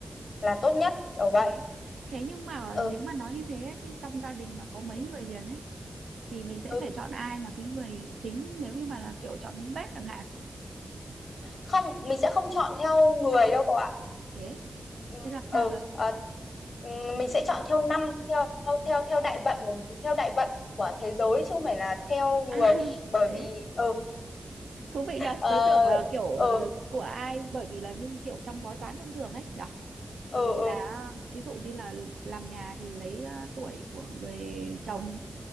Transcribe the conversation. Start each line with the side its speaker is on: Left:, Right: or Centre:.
Left: là tốt nhất kiểu vậy
Right: Thế Thế nhưng mà
Left: ừ
Right: nếu mà nói như thế ấy, thì trong gia đình mà có mấy
Left: ừ
Right: người liền ấy thì mình sẽ
Left: ừ.
Right: phải chọn ai là cái người chính nếu như mà là kiểu chọn hướng bếp chẳng hạn
Left: không mình sẽ không chọn theo người đâu cậu ạ
Right: thế
Left: Ừm,
Right: thế làm
Left: ừ
Right: sao được
Left: à, ừm, mình sẽ chọn theo năm theo theo theo đại vận của theo đại vận của thế giới chứ không phải là theo người
Right: À, <laughs>
Left: bởi vì
Right: thế
Left: ừ
Right: thú vị nhờ.
Left: ờ
Right: Tớ tưởng là kiểu
Left: ờ
Right: ờ, của ai bởi vì là như kiểu trong bói toán thông thường ấy nhở.
Left: ờ
Right: Thì
Left: ờ
Right: là ví dụ như là làm nhà thì lấy ờ, tuổi của người chồng